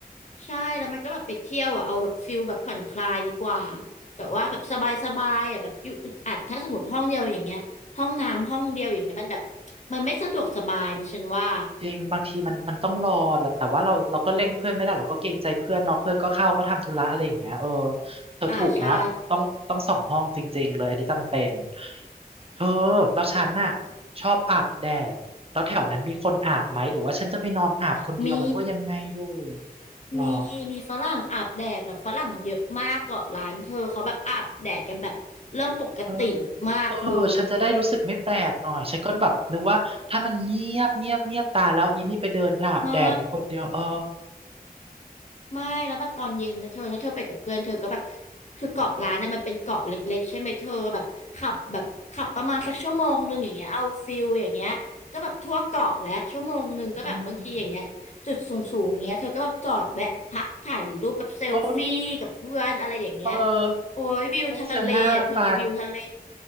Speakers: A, on the left; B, on the right.
A: ใช่แล้วมันก็แบบไปเที่ยวอ่ะเอาแบบฟิลแบบผ่อนคลายดีกว่าแบบว่าแบบสบายสบายอ่ะแบบอยู่อึดอัดถ้าสมมติห้องเดียวอย่างเงี้ยห้องน้ำห้องเดียวอย่างเงี้ยมันแบบมันไม่สะดวกสบายนะฉันว่า
B: จริงบางทีมันมันต้องรอแหละแต่ว่าเราเราก็เร่งเพื่อนไม่ได้เราก็เกรงใจเพื่อนเนาะเพื่อนก็เข้าก็ทำธุระอะไรอย่างเงี้ยเออเธอถูกแล้วต้องต้องส่องห้องจริงๆเลยอันนี้จำเป็น
A: อ่าใช่
B: เธอแล้วฉันน่ะชอบอาบแดดแล้วแถวนั้นมีคนอาบไหมหรือว่าฉันจะไปนอนอาบคนเดียวมันก็ยังไงอยู่
A: มี
B: หรอ
A: มีมีฝรั่งอาบแดดแบบฝรั่งเยอะมากเกาะร้านเธอเขาแบบอาบแดดกันแบบเรื่องปกติมากเธอ
B: เออเออฉันจะได้รู้สึกไม่แปลกหน่อยฉันก็แบบนึกว่าถ้ามันเงียบเงียบเงียบตายแล้วอีนี่ไปเดินอาบแดดอยู่คนเดียวเออ
A: ไม่ ไม่แล้วแบบตอนเย็นนะเธอถ้าเธอไปกับเพื่อนเธอก็แบบคือเกาะล้านน่ะมันเป็นเกาะเล็กๆใช่ไหมเธอแบบขับแบบขับประมาณสักชั่วโมงหนึ่งอย่างเงี้ยเอาฟิลอย่างเงี้ยก็แบบทั่วเกาะและชั่วโมงหนึ่งก็แบบบางทีอย่างเงี้ยจุดสูงๆอย่างเงี้ยเธอก็แบบจอดแวะพักถ่ายรูปแบบเซลฟี่กับเพื่อนอะไรอย่างเงี้ย
B: อืม โอ้ยเออ
A: โอ้ยวิวทะเลอะเธอวิวทะเล
B: โฆษณาไป